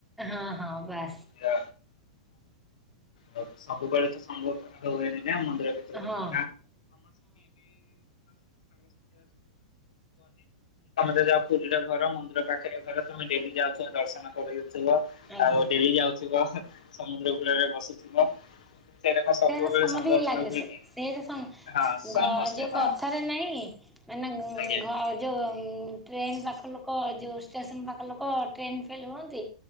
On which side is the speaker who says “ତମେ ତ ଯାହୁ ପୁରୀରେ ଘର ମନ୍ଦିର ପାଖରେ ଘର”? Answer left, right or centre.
Left